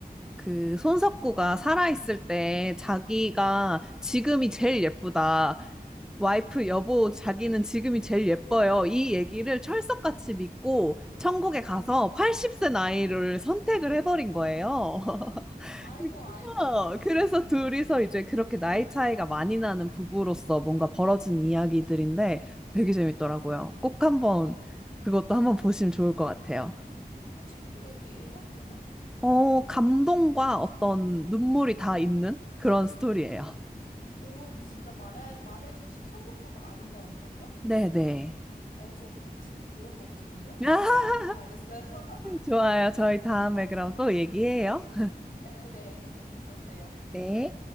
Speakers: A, in the centre; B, on the left.
A: 그 손석구가 살아있을 때 자기가 지금이 제일 예쁘다. 와이프, 여보, 자기는 지금이 제일 예뻐요. 이 얘기를 철석같이 믿고 천국에
B: 어머.
A: 가서 80세 나이를 선택을 해버린 거예요. <laughs>
B: 아이고,
A: 그래서,
B: 아이고.
A: 그래서 둘이서 이제 그렇게 나이 차이가 많이 나는 부부로서 뭔가 벌어진 이야기들인데 되게 재밌더라고요. 꼭 한번
B: 아, 그,
A: 그것도 한번 보시면 좋을 것 같아요.
B: 혹시 코미디예요, 그러면?
A: 어, 감동과 어떤 눈물이 다 있는 그런 스토리예요.
B: 오, 진짜 말해, 말해주신 천국보다 아름다운이라고요?
A: 네네.
B: 어, 저 지금 보러 가고 싶은데요? 저
A: 아,
B: 빨리 보러
A: <laughs>
B: 가야겠어요. <laughs>
A: 좋아요. 저희 다음에 그럼 또 얘기해요.
B: 네네, 재밌었어요.
A: 네.